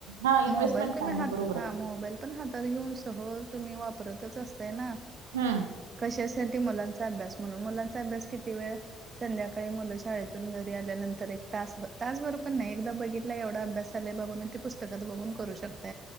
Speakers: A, on the right; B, on the right.
A: हा इन्व्हेस्टमेंट
B: मोबाईल तुम्ही
A: काय नाही
B: हातात
A: बरोबर
B: हा मोबाईल पण हातात घेऊन सहज तुम्ही वापरतच असताय ना.
A: हा
B: कशासाठी मुलांचा अभ्यास म्हणून मुलांचा अभ्यास किती वेळ संध्याकाळी मुलं शाळेत घरी आल्यानंतर एक तास तास बर पण नाही एकदा बघितला एवढा अभ्यास झालाय बाब तेी पुस्तकात बघून करू शक